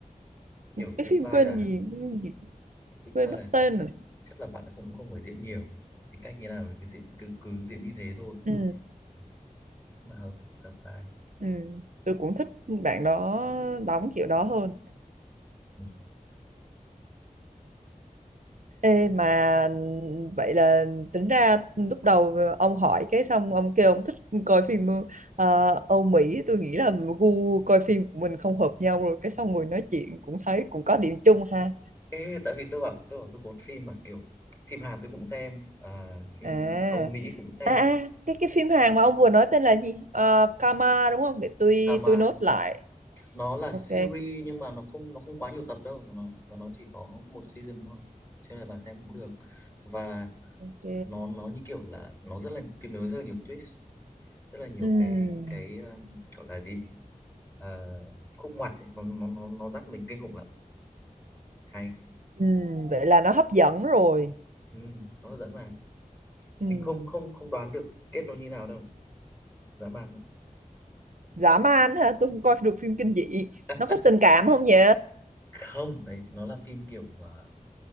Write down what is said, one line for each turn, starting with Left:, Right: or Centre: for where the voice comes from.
Left: kiểu
Right: Cái
Left: Reply
Right: phim quên
Left: là
Right: gì, quên gì-
Left: Reply
Right: quên mất
Left: là
Right: tên
Left: chắc
Right: rồi.
Left: chắc là bạn ấy cũng không phải diễn nhiều tính cách như nào là cứ diễn cứ cứ diễn như thế thôi
Right: Ừ,
Left: Ừ, mà hợp hợp vai
Right: ừ, tôi cũng thích bạn đó đóng kiểu đó hơn.
Left: Ừ.
Right: Ê mà vậy là tính ra lúc đầu ông hỏi cái xong ông kêu ông thích coi phim ờ, Âu Mỹ tôi nghĩ là gu coi phim của mình không hợp nhau rồi cái xong ngồi nói chuyện cũng thấy cũng có điểm chung ha
Left: Ê, tại vì tôi bảo tôi bảo tôi bột phim mà kiểu phim Hàn tôi cũng xem à, phim
Right: à
Left: Âu Mỹ cũng xem
Right: à à, cái cái phim Hàn mà ông vừa nói tên là gì Ờ, Karma đúng không để tôi
Left: cả mà
Right: tôi nốt lại
Left: nó là
Right: ok
Left: series nhưng mà nó không nó không quá nhiều tập đâu và nó và nó chỉ có một season thôi cho nên là bà xem cũng được và
Right: ok
Left: nó nó như kiểu là nó rất là phim nó rất là nhiều twist rất là nhiều
Right: Ừm,
Left: cái cái um, gọi là gì Ờ, khúc ngoặt ấy. Nó, nó nó nó dắt mình kinh khủng lắm hay
Right: ừm, vậy là nó hấp dẫn rồi
Left: ừ, nó hấp dẫn mà
Right: Ừm,
Left: mình không không không đoán được kết nó như nào đâu dã man
Right: dã man hả tôi không coi được phim kinh dị
Left: đấy
Right: nó có tình cảm không nhỉ
Left: không đấy nó là phim kiểu mà